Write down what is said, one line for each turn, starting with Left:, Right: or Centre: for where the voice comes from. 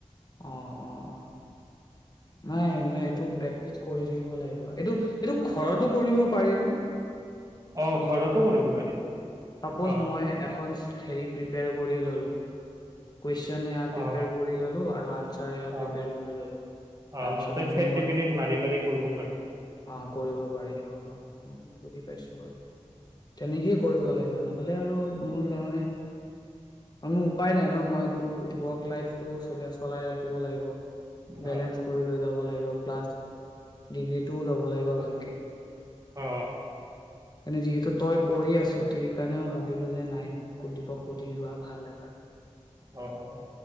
Left: অ'-অ'-অ' নাই নাই, এইটো প্ৰেক্টিচ কৰিছোঁ। <unintelligible> লাগিব, এইটো সেইটো ঘৰটো কৰিব পাৰিনে
Right: অ
Left: নিজৰ
Right: ঘৰতো
Left: ফালৰ
Right: কৰিব
Left: পৰা,
Right: পাৰি
Left: ছাপ'জ
Right: অ
Left: মই এখন হেৰি প্ৰিপেয়াৰ কৰি ললোঁ কুৱেশ্চন এয়া প্ৰিপেয়াৰ
Right: অ
Left: কৰি ললোঁ আৰু আনছাৰ এয়া
Right: অ
Left: প্ৰিপেয়াৰ কৰি ল'লো,
Right: অ
Left: তাৰপিছত
Right: তই
Left: মানে
Right: চেট
Left: মই
Right: জি পি টিত মাৰি মাৰি কৰিব পাৰ
Left: অ' কৰিব পাৰি অ'। বুজি পাইছোঁ বাৰু, তেনেকেইে কৰিব লাগিব নহ'লে আৰু মোৰ তাৰমানে কোনো উপায় নাই ন, মই তোৰ ৱৰ্ক লাইফটো চলি আছে চলাই ৰাখিব লাগিব। বেলেঞ্চ
Right: অ
Left: কৰি লৈ যাব লাগিব, প্লাছ ডিগ্ৰী টোও লব ল'ব লাগিব ভালকে।
Right: অ
Left: মানে যিহেতু তই কৰি আছ, তে সেইকাৰণে মই ভাবিলো যে নাই কুলদীপক সুধি লোৱা ভাল এবাৰ।
Right: অ' অ'